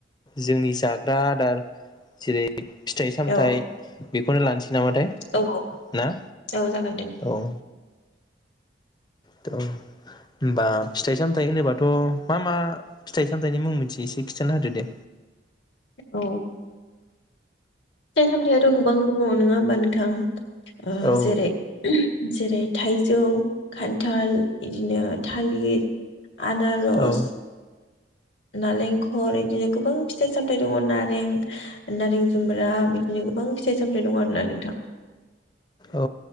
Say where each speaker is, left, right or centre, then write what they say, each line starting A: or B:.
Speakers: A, on the left; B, on the left.
A: जोंनि जाग्रा आदार जेरै फिथाइ सामथाइ
B: औ
A: बेखौनो लानोसै नामाथाय
B: औ
A: ना?
B: औ जागोन दे
A: औ। थ' होमबा फिथाइ सामथाइ होनोबाथ' मा मा फिथाइ सामथाइनि मुं मिनथियो एसे खिन्थाना होदो दे।
B: औ। फिथाइ सामथायाथ' गोबां दङ नङा होमबा नोंथां? ओ
A: औ
B: जेरै जेरै थाइजौ खान्थाल, बिदिनो थालिर, आनारस,
A: औ
B: नारेंखल बिदिनो गोबां फिथाइ सामथाय दङ नारें नारें जुमब्रा बिदिनो गोबां फिथाइ सामथाय दं आरोना नोंथां।
A: औ